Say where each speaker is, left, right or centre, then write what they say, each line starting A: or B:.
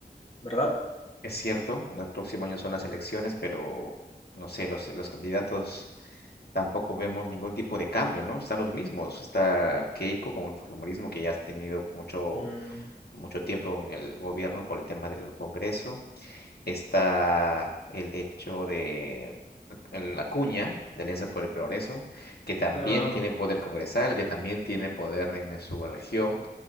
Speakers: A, on the left; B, on the left.
A: ¿verdad?
B: Es cierto, el próximo año son las elecciones, pero no sé, los, los candidatos... tampoco vemos ningún tipo de cambio, ¿no? Están los mismos. Está Keiko con el fujimorismo que ya has tenido mucho,
A: Mm,
B: mucho tiempo en el gobierno por el tema del Congreso. Está el hecho de el- la cuña de Alianza por el Progreso, que también
A: ah,
B: tiene poder congresal, que también tiene poder en su región.